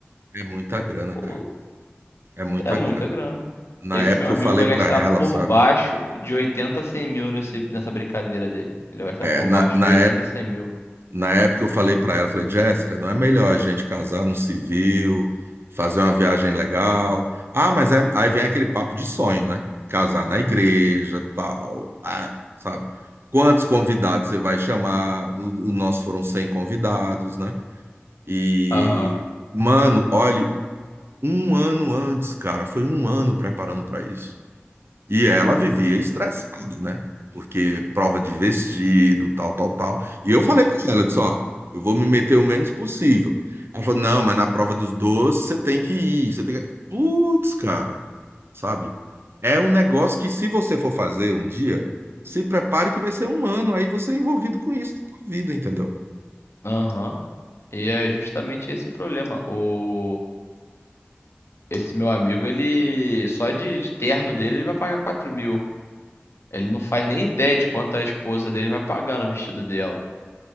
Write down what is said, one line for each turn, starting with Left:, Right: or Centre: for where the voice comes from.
Right: é muita grana,
Left: ou
Right: cara. É muita
Left: é muita
Right: grana.
Left: grana.
Right: Na
Left: Esse
Right: época
Left: meu amigo
Right: eu falei
Left: vai gastar
Right: pra ela,
Left: por
Right: sabe?
Left: baixo de oitenta a cem mil nesse, nessa brincadeira dele. Ele vai gastar
Right: É,
Left: por
Right: na,
Left: baixo
Right: na
Left: de oitenta a cem mil.
Right: Na época eu falei para ela, falei, Jéssica, não é melhor a gente casar no civil, fazer uma viagem legal? Ah, mas é- aí vem aquele papo de sonho, né? Casar na igreja, tal, ah, sabe? Quantos convidados você vai chamar? O, o nosso foram 100 convidados, né? E,
Left: Aham.
Right: mano, olha, um ano antes, cara, foi um ano preparando para isso. E ela vivia estressada, né? Porque prova de vestido, tal, tal, tal. E eu falei para ela, eu disse, ó, eu vou me meter o menos possível. Ela falou, não, mas na prova dos doces você tem que ir, você tem que... Putz, cara, sabe? É um negócio que se você for fazer um dia, se prepare que vai ser um ano, aí você é envolvido com isso na tua vida, entendeu?
Left: Aham. E é justamente esse o problema. O... Esse meu amigo, ele... Só de, de terno dele, ele vai pagar quatro mil. Ele não faz nem ideia de quanto a esposa dele vai pagar no vestido dela.